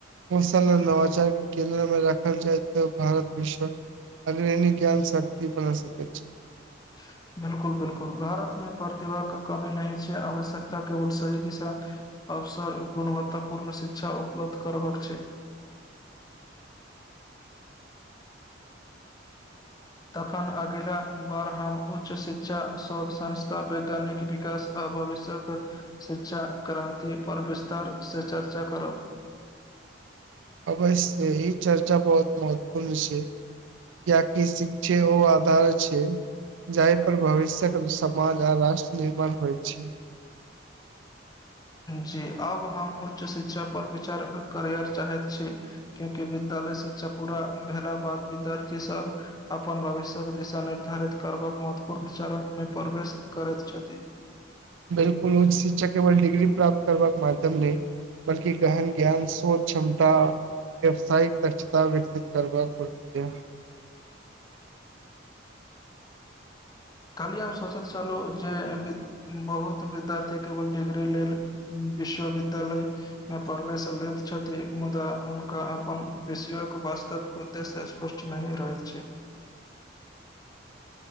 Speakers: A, on the right; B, on the left.
A: कौशल नवाचार के केन्द्र मे राखल जाय तऽ भारत विश्वक अग्रणी ज्ञान शक्ति बन सकैत छै
B: <inaudible> बिलकुल बिलकुल भारत मे प्रतिभाक के कमी नहि छै आवश्यकता केवल सही दिशा अवसर गुणवत्तापूर्ण शिक्षा उपलब्ध करबक छै तखन अगिला बार हम उच्च शिक्षा शोध संस्था वैज्ञानिक विकास आ भविष्य यक शिक्षा क्रान्ति पर विस्तार से चर्चा करब
A: अवश्य ही चर्चा बहुत महत्वपूर्ण छै कियाकि शिक्षे ओ आधार छै जाहि पर भविष्यक समाज आ राष्ट्र निर्माण होइत छै
B: जी अब हम उच्च शिक्षा पर विचार करयर चाहैत छी क्योंकि विद्यालय शिक्षा पूरा भेला बाद विद्यार्थी सब अपन भविष्यक दिशा निर्धारित करबाक महत्वपूर्ण चरणमे प्रवेश करैत छथि
A: बिल्कुल उच्च शिक्षा केवल डिग्री प्राप्त करबाक माध्यम नै बल्कि गहन ज्ञान सोच क्षमता व्यवसायिक दक्षता विकसित करबाक प्रकिया
B: काल्हि हम सोंचैत छलू जे बिद बहुत विद्यार्थी केवल डिग्री लेल विश्वविद्यालय मे प्रवेश लैत छथि मुदा हुनका अपन विषयक वास्तविक उद् देश स्पष्ट नहि रहैत छै